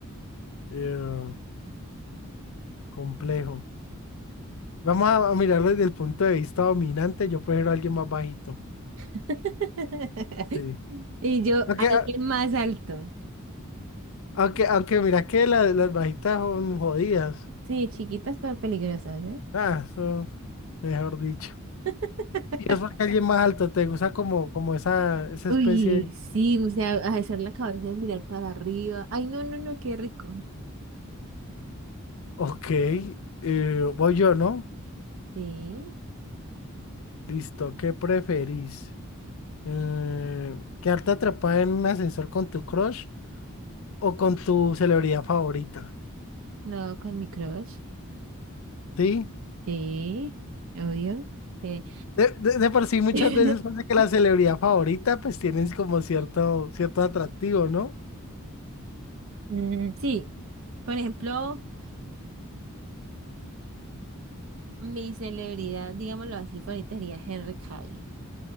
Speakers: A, on the left (about 65°); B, on the right (about 65°).
A: eh, complejo. Vamos a, a mirarlo desde el punto de vista dominante. Yo prefiero a alguien más bajito.
B: <laughs>
A: Sí.
B: Y yo,
A: Aunque,
B: alguien
A: ah,
B: más alto.
A: Aunque, aunque mira que la- las bajitas son jodidas.
B: Sí, chiquitas pero peligrosas, ¿no?
A: Ah, eso, mejor dicho.
B: <laughs>
A: Y es porque alguien más alto te gusta como, como esa, esa
B: Uy,
A: especie de-
B: sí, o sea, hacer la cabeza y mirar para arriba. Ay, no, no, no, qué rico.
A: Ok, eh, voy yo, ¿no?
B: Sí,
A: Listo, ¿qué preferís? Eh, ¿quedarte atrapada en un ascensor con tu crush o con tu celebridad favorita?
B: no, con mi crush.
A: ¿Sí?
B: Sí, obvio. Eh,
A: De, de, de por sí muchas
B: <laughs>
A: veces pasa que la celebridad favorita pues tienes como cierto, cierto atractivo, ¿no?
B: Mm, Sí, por ejemplo, mi celebridad, digámoslo así, favorita sería Henry Cavill,